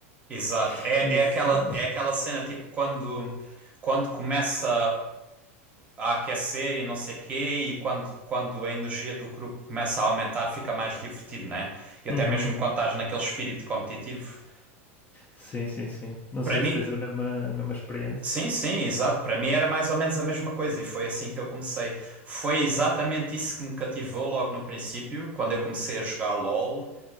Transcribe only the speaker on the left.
<laughs>
Não
sei.
Uhum.
Sim, sim, sim. Não
sei
se tens a mesma, a mesma experiência.